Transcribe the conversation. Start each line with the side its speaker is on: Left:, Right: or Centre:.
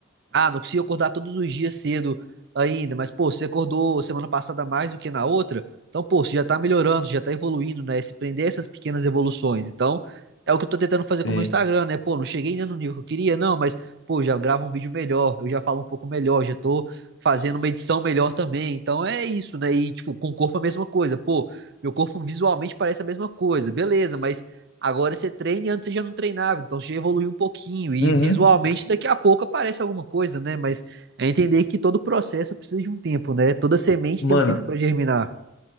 Right: Ah, não consigo acordar todos os dias cedo ainda, mas, pô, você acordou semana passada mais do que na outra, então, pô, você já tá melhorando, você já tá evoluindo, né? Se prender a essas pequenas evoluções. Então, é o que eu tô tentando fazer
Left: sim.
Right: com o meu Instagram, né? Pô, não cheguei ainda no nível que eu queria, não, mas, pô, já gravo um vídeo melhor, eu já falo um pouco melhor, já tô fazendo uma edição melhor também. Então, é isso, né? E, tipo, com o corpo a mesma coisa. Pô, meu corpo visualmente parece a mesma coisa, beleza, mas Agora você treina e antes você já não treinava, então você já evoluiu um pouquinho e
Left: Uhum.
Right: visualmente daqui a pouco aparece alguma coisa, né? Mas é entender que todo processo precisa de um tempo, né? Toda semente tem
Left: Mano,
Right: um tempo pra germinar.